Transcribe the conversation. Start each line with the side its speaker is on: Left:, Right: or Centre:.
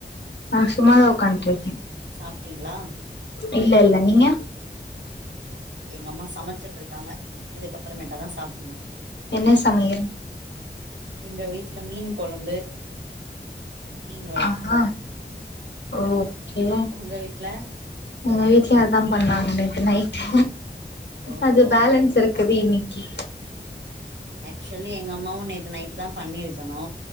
Left: நா சும்மாதா உக்காட்ருக்கே
Right: சாப்ட்டீங்ளா
Left: இல்லெல்ல நீங்க
Right: எங்க அம்மா சமைச்சிட்டு இருக்காங்க இதுகப்றோமேட்ட தா சாப்பின்னு
Left: என்ன சமையல்
Right: எங்க வீட்ல மீன் கொழம்பு மீன் வறுத்து
Left: ஆஹா ‌ஓகே
Right: உங்க வீட்ல
Left: எங்க வீட்லயு அதா பண்ணாங்க நேத்து நைட்டு
Right: ஓஹோ
Left: அது பேலென்ஸ் இருக் குது இன்னக்கி
Right: ஆக்சுவலி எங்க அம்மாவு நேத்து நைட்டு தா பண்ணிருக்குணு